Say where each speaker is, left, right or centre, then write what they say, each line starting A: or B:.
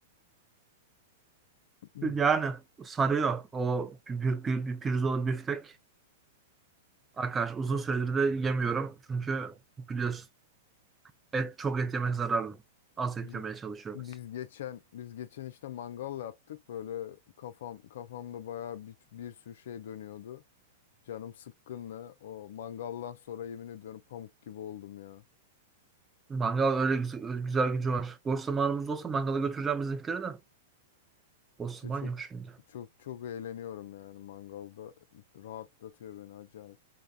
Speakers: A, on the left; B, on the right.
A: Hmm.
B: Yani sarıyor. O bir, bir, bir bir pirzola büftek. Arkadaş uzun
A: Ya
B: süredir de yemiyorum. Çünkü biliyorsun et çok et yemek zararlı. Az et
A: Biz,
B: yemeye çalışıyoruz.
A: biz geçen biz geçen işte mangal yaptık. Böyle kafam kafamda bayağı bir, bir sürü şey dönüyordu. Canım sıkkınla o mangaldan sonra yemin ediyorum pamuk gibi oldum ya.
B: Mangal öyle güzel, güzel gücü var. Boş zamanımız olsa mangala götüreceğim bizimkileri de. Boş
A: İşte
B: zaman
A: çok
B: yok şimdi.
A: çok çok eğleniyorum yani mangalda rahatlatıyor beni acayip.